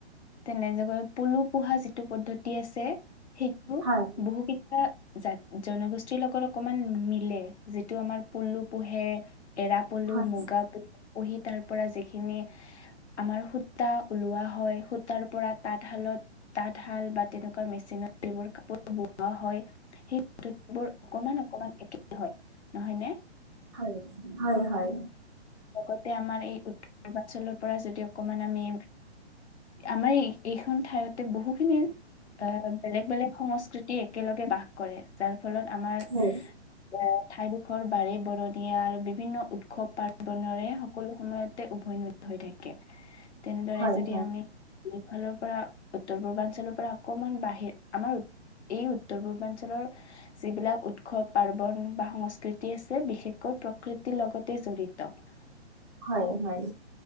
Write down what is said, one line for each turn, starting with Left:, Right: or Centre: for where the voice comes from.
Left: তেনেযেগৈ পলু পোহা যিটো পদ্ধতি আছে সেইটো
Right: হয়,
Left: বহুকিটা জা-জনগোষ্ঠীৰ লগত অকমান মিলে যিটো আমাৰ পুলু পোহে এৰাহহ পলু
Right: হয়,
Left: মুগা পুহি তাৰ পৰা যিখিনি আমাৰ সূতা ওলোৱা হয়, সূতাৰ পৰা তাঁতশালত। তাঁতশাল বা, তেনেকুৱা মেচিনত যিবোৰ কাপোৰ বোৱা হয়। সেই কাপোৰবোৰ অকমান অকমান একেই হয়, নহয় নে।
Right: হয়। হয় হয়।
Left: লগতে আমাৰ এই পূৰ্বাঞ্চলৰ পৰা যদি অকমান আমি, আমাৰ এইখন ঠাইত- ত বহুখিনি- অ', বেলেগ বেলেগ সংস্কৃতি একেলগে বাস কৰে। যাৰ ফলত আমাৰ
Right: হয়,
Left: এ ঠাইডোখৰ বাৰে-বৰণীয়া আৰু বিভিন্ন উৎসৱ-পাৰ্বণেৰে, সকলো সময়তে উভৈনদী হৈ থাকে। তেনেদৰে
Right: হয়,
Left: যদি
Right: হয়,
Left: আমি সিফালৰ পৰা উত্তৰ-পূৰ্বাঞ্চলৰ পৰা অকমান বাহিৰ, আমাৰ- এই উত্তৰ-পূৰ্বাঞ্চলৰ, যিবিলাক উৎসৱ পাৰ্বন বা সংস্কৃতি আছে। বিশেষকৈ প্ৰকৃতিৰ লগতে জড়িত ত।
Right: হয় হয়।